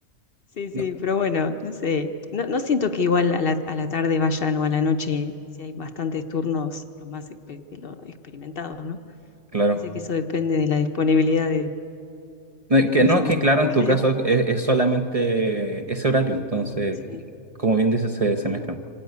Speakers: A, on the left (about 50°); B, on the right (about 30°).
A: sí, sí,
B: No,
A: pero bueno, no sé. No, no siento que igual a la, a la tarde vayan o a la noche, si hay bastantes turnos, los más expe- los experimentados, ¿no?
B: claro.
A: Parece que eso depende de la disponibilidad de
B: No, es
A: de las
B: Que
A: personas,
B: no, es que claro,
A: <laughs>
B: en
A: creo.
B: tu caso es, es solamente ese horario, entonces,
A: Sí.
B: como bien dices, se, se mezclan.